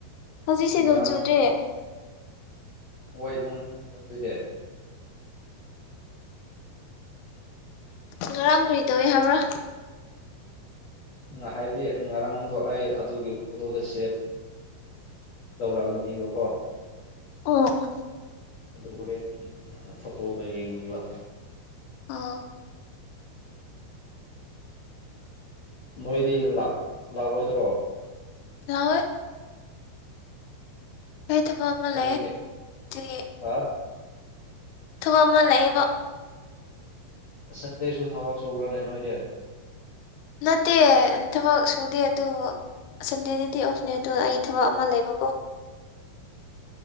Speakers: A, on the left (about 80°); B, on the left (about 55°).
A: ꯍꯧꯖꯤꯛꯁꯦ
B: ꯉꯔꯥꯡ
A: ꯅꯣꯡ ꯆꯨꯗ꯭ꯔꯦ
B: ꯍꯣꯏ ꯅꯪ ꯑꯗꯨꯗꯤ
A: ꯉꯔꯥꯡ ꯀꯔꯤ ꯇꯧꯏ ꯍꯥꯏꯕ꯭ꯔꯥ
B: ꯉ ꯍꯥꯏꯗꯤ ꯉꯔꯥꯡꯗꯣ ꯑꯩ ꯑꯗꯨꯒꯤ ꯐꯣꯇꯣꯗ ꯁꯦꯞ ꯇꯧꯔꯛꯑꯝꯕꯅꯦꯕꯀꯣ
A: ꯑꯣ
B: ꯑꯗꯨꯕꯨꯣꯔꯦꯟ ꯐꯣꯇꯣꯗ ꯌꯦꯡꯅꯤꯡꯕ
A: ꯑꯥ
B: ꯅꯣꯏꯗꯤ ꯂꯥꯛꯑꯣꯣꯏꯗ꯭ꯔꯣ
A: ꯍꯣꯏ ꯀꯩ ꯇꯃꯣ ꯑꯃ
B: ꯀꯔꯤꯒꯤ
A: ꯂꯩ ꯇ
B: ꯍꯥ
A: ꯊꯕ ꯑꯃ ꯂꯩꯕ
B: ꯁꯟꯗꯦꯁꯨ ꯊꯕꯛ ꯁꯎꯔꯅꯦ ꯅꯣꯏꯗꯤ
A: ꯅꯠꯇꯦ ꯊꯕꯛ ꯁꯨꯗꯦ ꯑꯗꯨ ꯁꯟꯗꯦꯗꯗꯤ ꯑꯣꯐꯅꯦꯗꯣ ꯑꯩ ꯊꯕꯛ ꯑꯃ ꯂꯩꯕꯀꯣ